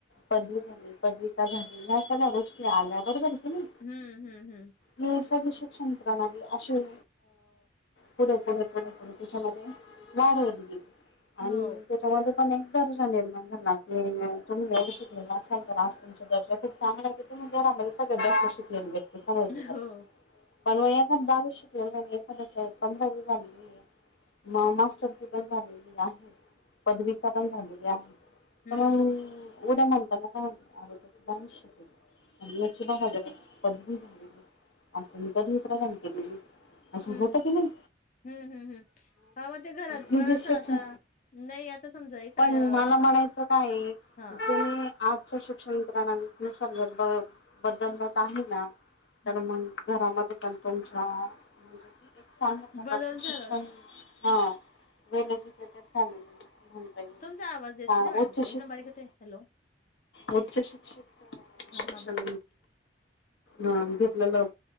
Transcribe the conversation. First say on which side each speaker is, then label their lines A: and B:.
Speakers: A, on the left (about 85°); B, on the left (about 45°).
A: पदवी झाली पदवीका झाली या सगळ्या गोष्टी आल्या बरोबर हे की नाही.
B: हम्म हम्म हम्म.
A: ही सगळी शिक्षण प्रणाली अशी अ पुढे पुढे पुढे पुढे त्याच्यामध्ये. वाढव ली गेली आण
B: हो
A: त्याच्यामध्ये पण एक दर्श निर्माण झाला की तुम्ही एवढं शिकलेल असाल तर <unintelligible> तुमच्या दर्जा खुप चांगलं आहे तुम्ही घरामध्ये सगळ्यात जास्त शिकलेल वेक्ती समजली जाते.
B: हो
A: <inaudible> पण म एखाद दाहावी शिकलेल हे एखाद्याच पंधरावी झालेली हे. महामास्टर पण झालेली आहे पदविका पण झालेली आहे.
B: हम्म
A: अ मग उद्या म्हणता ना. च शल आणि याची म्हनायला गेल पदवी झाली. पदवी प्रदान केलेली, असं
B: हम्म
A: होत
B: हम्म
A: की नाही
B: हम्म हम्म हम्म हा मग घरात
A: ते
B: पण
A: जे
B: असं
A: शिक्षण,
B: आता नाही आता समजा एखाद्या
A: पण मला म्हणायचं काये
B: हा
A: तुम्ही आज उच्च शिक्षण प्रणालीनुसार ब बदलत आहे ना
B: हम्म
A: तर मग, घरामध्ये पण त्यांच्या, म्हणजे क एक चांगल्या प्रकारचे
B: बदल झालाय
A: शिक्षण हा वेल एजुकेटेड फॅमिली. म्हणता येईल.
B: तुमचा आवाज येत
A: हा
B: नाही मॅडम.
A: उच्च
B: एकदम
A: शिक
B: बारीक येतोय. हॅलो.
A: उच्च शिक्षित
B: हा
A: शिक्षण
B: हा बोल
A: अ घेतलेलं.